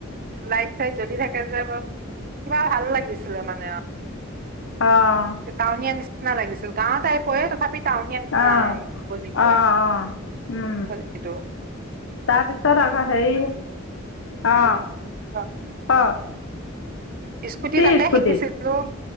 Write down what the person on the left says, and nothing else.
অহ
অ অ অ
অ
তাৰপিছত আকৌ হেৰি, অ,
ক।
কি
স্কুটিত?